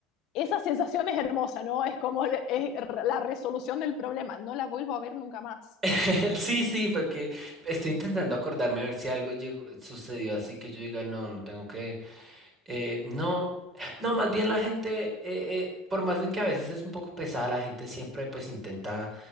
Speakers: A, on the left; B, on the right.
A: esa sensación es hermosa, ¿no? Es como le- es r- la resolución del problema. No la vuelvo a ver nunca más.
B: <laughs> sí, sí, porque estoy intentando acordarme a ver si algo llegó- sucedió así que yo diga, no, no tengo que Eh, no, no, más bien la gente, eh, eh, por más de que a veces es un poco pesada, la gente siempre pues intenta,